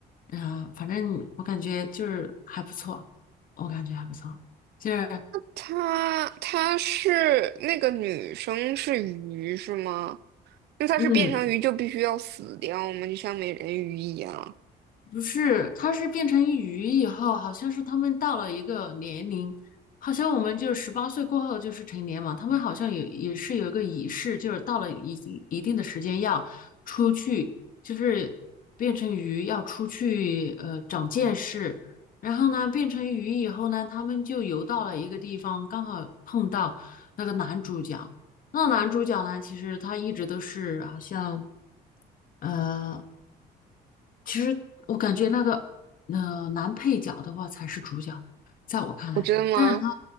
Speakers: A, on the left (about 55°); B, on the right (about 75°).
A: 嗯、反正我感觉就是还不错，我感觉还不错，就是
B: 他他是那个女生是鱼是吗？那他是变成鱼就必须要死掉吗？
A: 嗯。
B: 就像美人鱼一样？
A: 不是，它是变成鱼以后，好像是他们到了一个年龄，好像我们就十八岁过后就是成年嘛，他们好像也也是有一个仪式，就是到了一定一定的时间要出去，就是变成鱼要出去呃长见识，然后呢变成鱼以后呢，他们就游到了一个地方，刚好碰到那个男主角，那男主角呢，其实他一直都是好像。呃，其实我感觉那个呃男配角的话才是主角，在我看来，
B: 我真的吗？
A: 但是他